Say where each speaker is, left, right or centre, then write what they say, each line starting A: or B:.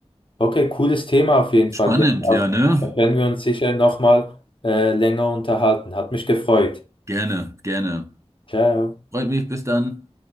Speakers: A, on the left; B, on the right.
A: Okay, cooles Thema auf jeden
B: Spannend,
A: Fall. Ja, da
B: ja, ne?
A: da werden wir uns sicher nochmal äh, länger unterhalten. Hat mich gefreut.
B: Gerne, gerne.
A: Ciao.
B: Freut mich, bis dann.